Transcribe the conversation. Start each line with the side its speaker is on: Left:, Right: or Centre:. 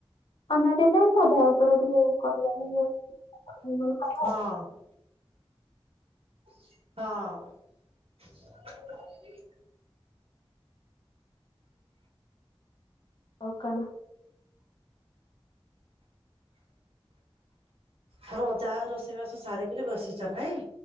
Left: ଅନ୍ୟ ଦିନେ ତ ଭୋ ଉପରେ ଟିକେ କରିବାନି <unintelligible>
Right: ହଁ ହଁ।
Left: ଆଉ କଣ?
Right: ର ଯାହା ରୋଷେଇବାସ ସାରିକିରି ବସିଚ ନାଇଁ?